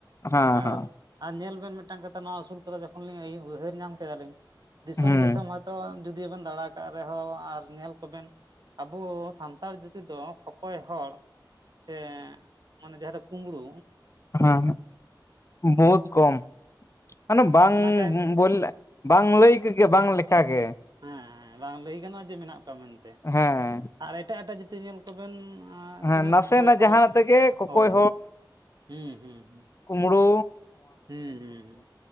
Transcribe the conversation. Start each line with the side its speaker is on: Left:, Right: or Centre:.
Left: ᱦᱮᱸ
Right: ᱟᱨ ᱟᱨ ᱧᱮᱞ ᱵᱮᱱ ᱢᱤᱫᱴᱟᱝ ᱠᱟᱛᱷᱟ ᱱᱚᱣᱟ ᱟᱹᱥᱩᱞ ᱠᱟᱛ ᱡᱚᱠᱷᱚᱱ ᱞᱤᱧ ᱩᱭᱦᱟᱹᱨ ᱧᱟᱢ ᱠᱮᱫᱟᱞᱤᱧ ᱫᱤᱥᱚᱢ
Left: ᱦᱩᱸ
Right: ᱫᱤᱥᱚᱢ ᱦᱚᱭᱛᱚ ᱡᱩᱫᱤᱵᱮᱱ ᱫᱟᱲᱟ ᱟᱠᱟᱫ ᱨᱮᱦᱚᱸ ᱟᱨ ᱧᱮᱞ ᱠᱚᱵᱮᱱ ᱟᱵᱚ ᱥᱟᱱᱛᱟᱲ ᱡᱩᱫᱤ ᱫᱚ ᱠᱚᱠᱚᱭ ᱦᱚᱲ ᱥᱮ ᱢᱟᱱᱮ ᱡᱟᱦᱟᱸ ᱫᱚ ᱠᱩᱸᱵᱽᱲᱩ,
Left: ᱦᱮᱸ ᱦᱮᱸ ᱵᱚᱦᱩᱛ ᱠᱚᱢ, ᱦᱟᱱᱮ ᱵᱟᱝ
Right: ᱚᱱᱟ ᱠᱟᱭ
Left: ᱵᱚᱞ ᱵᱟᱝ ᱞᱟᱹᱭ ᱜᱮ ᱵᱟᱝ ᱞᱮᱠᱷᱟᱟᱜᱮ,
Right: ᱦᱮᱸ ᱦᱮ ᱵᱟᱝ ᱞᱟᱹᱭ ᱜᱟᱱᱚᱜᱼᱟ ᱡᱮ ᱢᱮᱱᱟᱜ ᱠᱚᱣᱟ ᱢᱮᱱᱛᱮ᱾
Left: ᱦᱮᱸ,
Right: ᱟᱨ ᱮᱴᱟᱜ ᱮᱴᱟᱜ ᱡᱟᱹᱛᱤ ᱧᱮᱞ ᱠᱚᱵᱮᱱ
Left: ᱦᱮᱸ
Right: ᱛᱤᱱᱟᱹᱜ
Left: ᱱᱟᱥᱮᱱᱟᱜ
Right: ᱠᱷᱠᱚᱭ ᱦᱚᱲ
Left: ᱡᱟᱦᱟᱸᱱᱟᱜ ᱛᱮᱜᱮ ᱠᱚᱠᱚᱭ
Right: ᱦᱳᱭ ᱦᱳᱭ, ᱦᱩᱸ ᱦᱩᱸ ᱦᱩᱸ᱾
Left: ᱠᱩᱢᱲᱩ
Right: ᱦᱩᱸ ᱦᱩᱸ